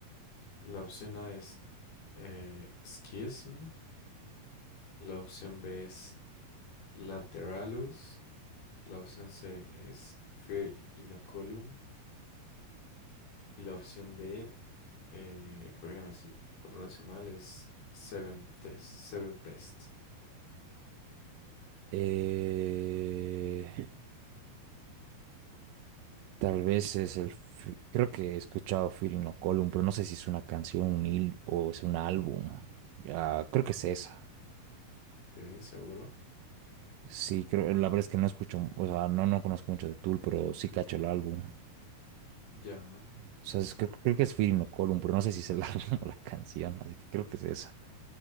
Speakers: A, on the left; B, on the right.
A: La opción A es eh, Schism, la opción B es Lateralus, la opción C es Fear Inoculum y la opción D, eh, corrígame si lo pronuncio mal, es Seven Test, Seven Pest.
B: eh, tal vez es el... fi- Creo que he escuchado Fear Column, pero no sé si es una canción, un hil o es un álbum. Ah, creo que es esa.
A: Ok, seguro.
B: Sí, creo, la verdad es que no escucho, o sea, no, no conozco mucho de Tool, pero sí cacho el álbum.
A: Ya,
B: O sea, es- creo, creo que es Feeling No Column, pero no sé si es el <laughs> álbum o la canción, así que creo que es esa.